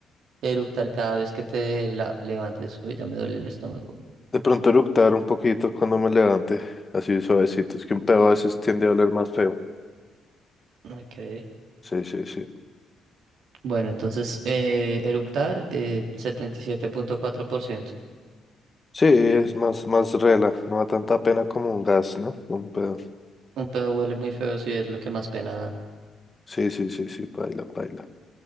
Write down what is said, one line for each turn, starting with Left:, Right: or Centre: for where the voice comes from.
Right: eructar cada vez que te la- levantes. Uy, ya me duele el estómago.
Left: De pronto eructar un poquito cuando me levante, así suavecito. Es que un pedo a veces tiende a oler más feo.
Right: Ok.
Left: Sí, sí, sí.
Right: Bueno, entonces eh, eructar eh, setenta y siete punto cuatro por ciento
Left: Sí, es más, más rela. No da tanta pena como un gas, ¿no? Un pedo.
Right: Un pedo huele muy feo si es lo que más pena da.
Left: Sí, sí, sí, sí, baila, baila.